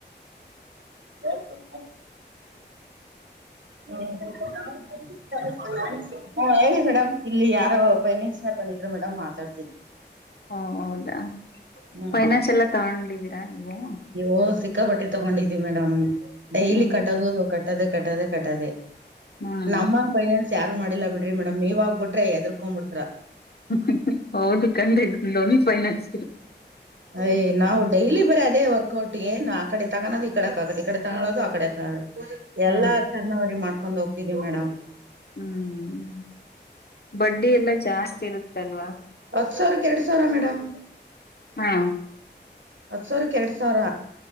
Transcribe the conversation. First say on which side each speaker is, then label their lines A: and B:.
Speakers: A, on the right (about 85°); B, on the left (about 60°).
A: <unintelligible> ಹ <inaudible> <unintelligible> ಹ ಹೇಳಿ ಮೇಡಮ್ ಇಲ್ಲಿ ಯಾರ ಫೈನೆನ್ಸ್ ಬಂದಿದರು ಮೇಡಮ್ ಮಾತಾಡ್
B: <unintelligible> ಓ ಹೌದಾ
A: ಹ್ಮ್
B: ಫೈನಾನ್ಸ್ ಎಲ್ಲ ತಗೊಂಡಿದ್ದೀರಾ ನೀವು
A: ಓ ಸಿಕ್ಕಾಪಟ್ಟೆ ತಗೊಂಡಿದ್ವಿ ಮೇಡಮ್ ಡೈಲಿ
B: ಹ್ಮ್
A: ಕಟ್ಟೋದ ಹದು ಕಟ್ಟದೆೇ ಕಟ್ಟದೆೇ ಕಟ್ಟದೆೇ
B: ಹ್ಮ್
A: ನಮ್ಮಂಗ ಫೈನಾನ್ಸ್ ಯಾರು ಮಾಡಿಲ್ಲಾ ಬಿಡ್ರಿ ಮೇಡಮ್ ನೀವ್ ಆಗ್ಬಿಟ್ರೆ ಎದರ್ಕೊಡಬಿಡ್ತಿರ
B: <unintelligible> ಹೌದ ಕನಡ್ರಿ ಲೋನ್ ಫೈನಾನ್ಸ್
A: ಯ್ ನಾವು ಡೈಲಿ ಬರೀ ಅದೇ ವರ್ಕ್ಔಟ ಏನ್ ಆ ಕಡೆ ತಗೋದು ಈ ಕಡೆ ಆಗೋದು ಈ ಕಡೆ ತಗೋದು ಆ ಕಡೆ
B: ಹಾ
A: ಎಲ್ಲ ಅ ಟರ್ಣವರ್ ಮಾಡ್ಕೊಂಡ್ ಹೋಗ್ತವಿ ಮೇಡಮ್
B: ಹ್ಮ್ <unintelligible> ಬಡ್ಡಿ ಎಲ್ಲಾ ಜಾಸ್ತಿ ಇರುತ್ತಲ್ವಾ
A: ಹತ್ತ ಸಾವಿರಕ್ಕೆ ಎರಡ್ ಸಾವಿರ ಮೇಡಮ್.
B: ಹಾ
A: ಹತ್ತ ಸಾವಿರಕ್ಕೆ ಎರಡ್ ಸಾವಿರ